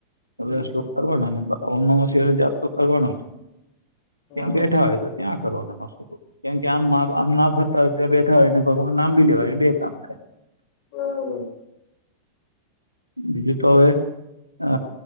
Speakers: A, on the left; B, on the right.
A: હમ
B: હ શલોક કરવાનો ને ઓમશહની જાત તો કરવાનો જ
A: હા
B: ત્યાં બેઠા હોય તો ત્યાં કરો અને મસ્લુ કેમ કે આમ આમ ના ફરતા હોય ત્યા બેઠા હોય ને ભગવાન નામ બી લેવાય બે કામ થાય
A: હમ
B: બીજું તો હવે અ